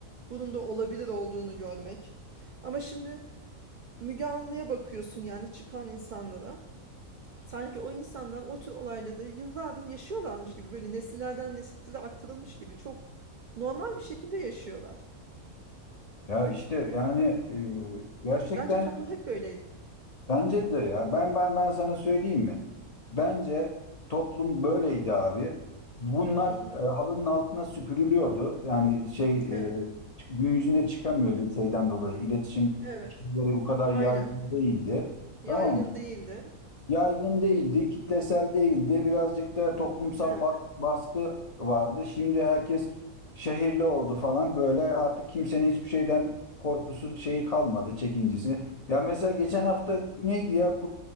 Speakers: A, on the right; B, on the left.
A: Bunun da olabilir olduğunu görmek. Ama şimdi Müge Anlı'ya bakıyorsun yani çıkan insanlara. Sanki o insanlar o tür olayları yıllardır yaşıyorlarmış gibi böyle nesillerden nesile aktarılmış gibi çok normal bir şekilde yaşıyorlar.
B: ya işte yani e, gerçekten
A: Bence toplum hep böyleydi.
B: Bence de ya. Ben ben ben sana söyleyeyim mi? Bence toplum böyleydi abi. Bunlar
A: Hı hı.
B: e, halının altına süpürülüyordu. Yani şey
A: Evet,
B: e, gün yüzüne çıkamıyordu şeyden dolayı. İletişim
A: evet.
B: şeyleri bu kadar
A: Aynen.
B: yaygın değildi.
A: Yaygın
B: Tamam mı?
A: değildi.
B: Yaygın değildi, kitlesel değildi. Birazcık da toplumsal
A: Evet.
B: ba- baskı vardı. Şimdi herkes şehirli oldu falan böyle artık kimsenin hiçbir şeyden korkusu şeyi kalmadı, çekincesi. Ya mesela geçen hafta neydi ya?